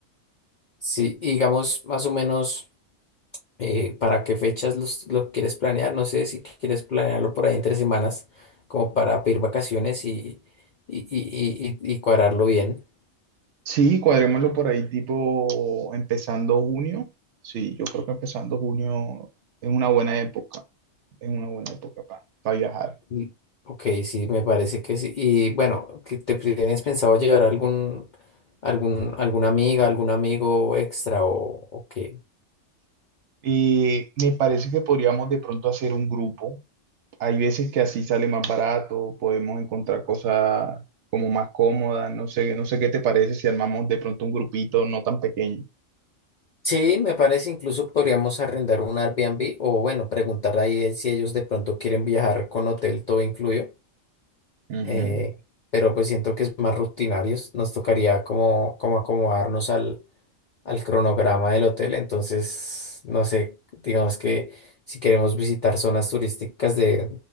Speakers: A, on the left; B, on the right.
A: Sí, y digamos más o menos. eh, ¿para qué fechas los, lo quieres planear? No sé si quieres planearlo por ahí entre semanas, como para pedir vacaciones y, y, y, y, y- y cuadrarlo bien.
B: Sí, cuadrémoslo por ahí tipo empezando junio. Sí, yo creo que empezando junio es una buena época, es una buena época para viajar.
A: Mm. Ok, sí, me parece que sí. Y bueno, ¿que ¿te tienes pensado llevar algún, algún, alguna amiga, algún amigo extra o, o qué?
B: Y me parece que podríamos de pronto hacer un grupo, Hay veces que así sale más barato, podemos encontrar cosas como más cómodas, no sé, no sé qué te parece si armamos de pronto un grupito no tan pequeño.
A: Sí, me parece, incluso podríamos arrendar un Airbnb o bueno, preguntar ahí el- si ellos de pronto quieren viajar con hotel todo incluido.
B: Ujú,
A: eh, pero pues siento que es más rutinarios. Nos tocaría como, como acomodarnos al, al cronograma del hotel. Entonces, no sé, digamos que si queremos visitar zonas turísticas de